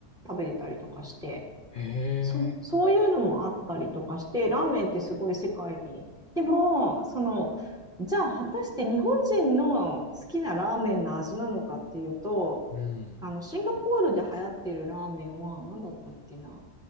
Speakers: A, in the centre; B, on the left.
A: 食べてたりとかして、
B: へえ、
A: そう、そういうのもあったりとかして、ラーメンってすごい世界に。でも、その、じゃあ果たして日本人の好きなラーメンの味なのかっていうと、
B: うん。
A: あの、シンガポールで流行っているラーメンは何だったっけな。